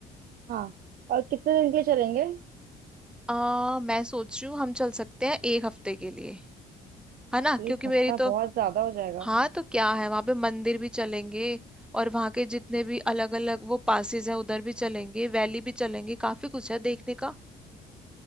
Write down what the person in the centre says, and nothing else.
आ, मैं सोच रही हूँ हम चल सकते हैं एक हफ्ते के लिए है ना क्योंकि
मेरी
तो
हाँ तो क्या है वहां पे मंदिर भी चलेंगे और वहां के जितने भी अलग अलग वो पासेज हैं उधर भी चलेंगे वैली भी चलेंगे काफी कुछ है देखने का